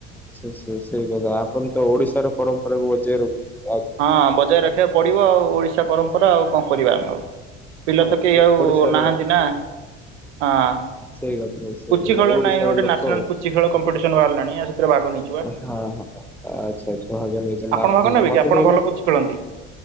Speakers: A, in the centre; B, on the right.
A: ସେ ସେ ସେ ସେଇ କଥା ଆପଣ ତ ଓଡିଶାର ପରମ୍ପରାକୁ ବଜେଇ ରଖୁ
B: ହଁ ବଜାୟ ରଖିବାକୁ ପଡିବ ଆଉ। ଓଡିଶା ପରମ୍ପରା ଆଉ କଣ କରିବା ଆମେ ଆଉ। ପିଲା
A: ଅ
B: ତ କେହି
A: ଓ-
B: ଆଉ
A: ଓଡିଶାର
B: ନାହାନ୍ତି ନା, ହଁ।
A: ସେଇ କଥା ସେଇ
B: ପୁଚି
A: କଥା
B: ଖେଳ
A: ଓଡିଶାର
B: ନାଇଁ ଗୋଟେ
A: ଲୋକ
B: ନ୍ୟସନାଲ ପୁଚି ଖେଳ କମ୍ପିଟିସନ ବାହାରିଲାଣି ଆଉ ସେଥିରେ ଭାଗ ନେଇଯିବା।
A: ହଁ ହଁ ଆଚ୍ଛା ଆଚ୍ଛା ଭାଗ ନେଇଛନ୍ତି
B: ଆପଣ
A: ଆପ
B: ଭାଗ ନେବେ
A: ମତେ
B: କିି ଆପଣ
A: କହିଲେ
B: ଭଲ ପୁଚି ଖେଳନ୍ତି।